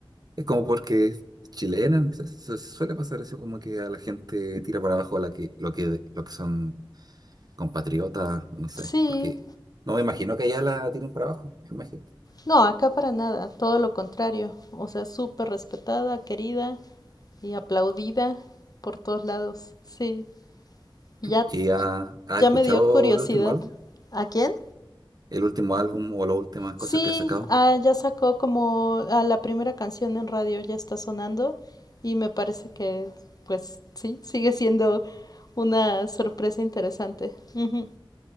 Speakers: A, on the right; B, on the left.
A: Es como porque es chilena, se, se suele pasar eso como que a la gente tira para abajo a la que, lo que, lo que son compatriotas, no sé,
B: Sí,
A: porque no me imagino que allá la tiren para abajo, me imagino.
B: No, acá para nada, todo lo contrario. O sea, súper respetada, querida y aplaudida por todos lados. Sí, Y ya,
A: ¿Y ha, ha
B: ya
A: escuchado
B: me dio curiosidad.
A: el último álbum?
B: ¿A quién?
A: El último álbum o las últimas
B: Sí,
A: cosas que ha sacado,
B: ah, ya sacó como a la primera canción en radio, ya está sonando y me parece que, pues sí, sigue siendo una sorpresa interesante. Ujú.